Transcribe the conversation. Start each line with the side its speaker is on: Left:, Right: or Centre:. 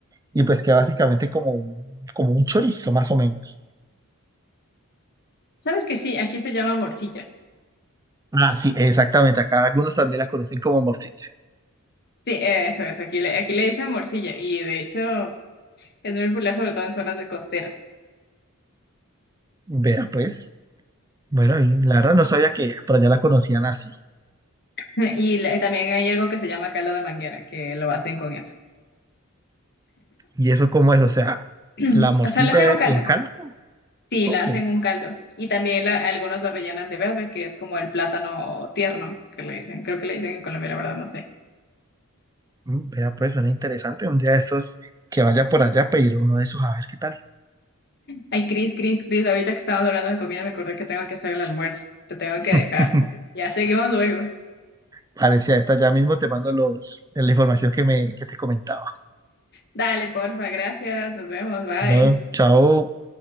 Right: y pues queda básicamente como un, como un chorizo, más o menos.
Left: ¿Sabes que sí? Aquí se llama morcilla.
Right: Ah, sí, exactamente, acá algunos también la conocen como morcilla.
Left: Sí, eso es, aquí le, aquí le dicen morcilla y de hecho es muy popular sobre todo en zonas de costeras. <laughs>
Right: Vea, pues. Bueno, y la verdad no sabía que por allá la conocían así.
Left: Y la- también hay algo que se llama caldo de manguera, que lo hacen con eso.
Right: ¿Y eso cómo es? O sea,
Left: <clears throat>
Right: ¿la morcilla
Left: O sea, le hacen un
Right: en
Left: caldo.
Right: Canadá?
Left: Sí,
Right: Ok.
Left: la hacen un caldo. Y también la- algunos lo rellenan de verde, que es como el plátano tierno, que le dicen. Creo que le dicen en Colombia, la verdad, no sé.
Right: Mm, Vea, pues suena interesante. Un día de estos que vaya por allá, pediré uno de esos a ver qué tal.
Left: Ay, Cris, Cris, Cris, ahorita que estamos hablando de comida me acordé que tengo que hacer el almuerzo. Te tengo
Right: <laughs>
Left: que dejar. Ya seguimos luego.
Right: Parecía esta ya mismo te mando los, la información que me que te comentaba.
Left: Dale, porfa, gracias. Nos vemos, bye.
Right: Bueno, chao.